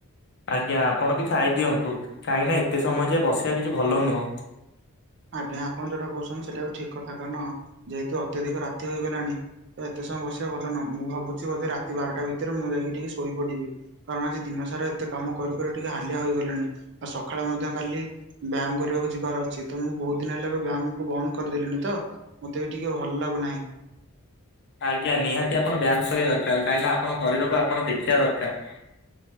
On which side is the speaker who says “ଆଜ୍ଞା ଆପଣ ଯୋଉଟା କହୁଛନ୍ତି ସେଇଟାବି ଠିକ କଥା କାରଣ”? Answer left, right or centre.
Right